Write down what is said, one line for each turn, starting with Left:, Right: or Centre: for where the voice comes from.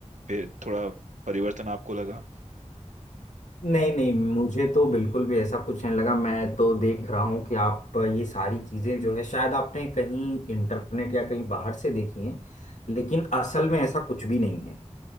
Right: पे- थोड़ा परिवर्तन आपको लगा
Left: नहीं नहीं मुझे तो बिल्कुल भी ऐसा कुछ नहीं लगा मैं तो देख रहा हूँ कि आप ये सारी चीजें जो है शायद आपने कहीं इंटरनेट या कहीं बाहर से देखी हैं लेकिन असल में ऐसा कुछ भी नहीं है